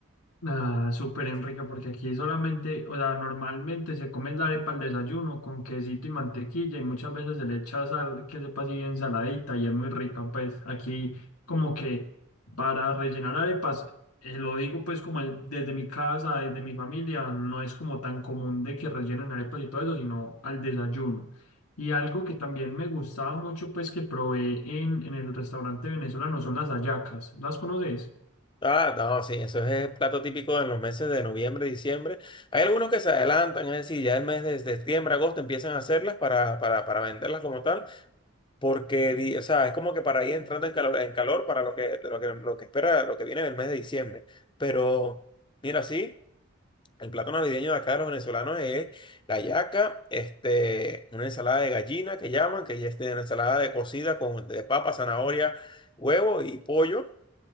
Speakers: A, on the left; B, on the left.
A: Ah, súper Enrique, porque aquí solamente, o sea, normalmente se come la arepa al desayuno con quesito y mantequilla y muchas veces se le echa sal que sepa así bien saladita y es muy rica, pues aquí como que para rellenar arepas, eh, lo digo pues como el- desde mi casa, desde mi familia, no es como tan común de que rellenen arepas y todo eso, sino al desayuno. Y algo que también me gustaba mucho pues que probé en, en el restaurante venezolano son las hallacas, ¿las conoces?
B: Ah, no, sí, eso es plato típico en los meses de noviembre, diciembre. Hay algunos que se adelantan, es decir, ya el mes de de septiembre, agosto empiezan a hacerlas para, para, para venderlas como tal. Porque, di- o sea, es como que para ir entrando en calor, en calor para lo que, lo que, lo que espera, lo que viene en el mes de diciembre. Pero, mira, sí, el plato navideño de acá de los venezolanos es la yaca, este, una ensalada de gallina que llaman, que ya es de- una ensalada de cocida con de papa, zanahoria, huevo y pollo.